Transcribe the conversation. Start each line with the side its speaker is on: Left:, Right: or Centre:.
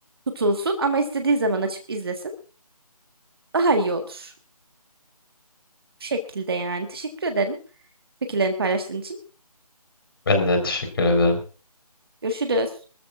Right: tutulsun ama istediği zaman açıp izlesin. Daha iyi olur. Bu şekilde yani. Teşekkür ederim fikirlerini paylaştığın için.
Left: Ben de teşekkür ederim.
Right: Görüşürüz.